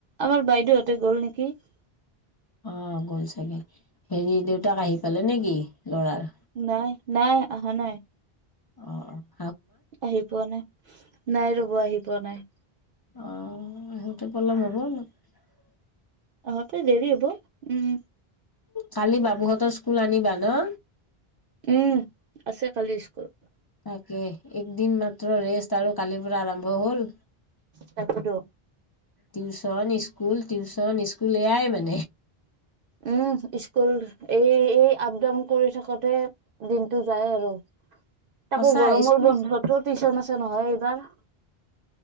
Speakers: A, on the right (about 65°); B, on the left (about 40°).
A: আমাৰ বাইদেউহঁতে গ'ল নেকি <unintelligible> নেকি <unintelligible>
B: অ গ'ল চাগে হেৰি দেউতাক আহি পালে নে কি লৰাৰ
A: নাই নাই অহা নাই
B: অ অ
A: আহি পোৱা নাই নাই ৰব আহি পোৱা নাই
B: অ সোতে পলম হ'বল <unintelligible>
A: আহতে দেৰি হব উম
B: কালি বাবুহঁতৰ স্কুল আনিবা ন
A: উম আছে কালি স্কুল
B: তাকে একদিন মাত্ৰ ৰেষ্ট আৰু কালিৰ পৰা আৰম্ভ হল
A: তাপটো
B: টীউশন স্কুল টীউচন স্কুল এইয়াই মানে <unintelligible>
A: উম স্কুল এই এই আপ ডাউন কৰি থাকোতে দিনটো যায় আৰু তাকো
B: সঁচা
A: গৰমৰ
B: স্কুল
A: বন্ধুতো টিউশচন আছে নহয় এইবাৰ <unintelligible>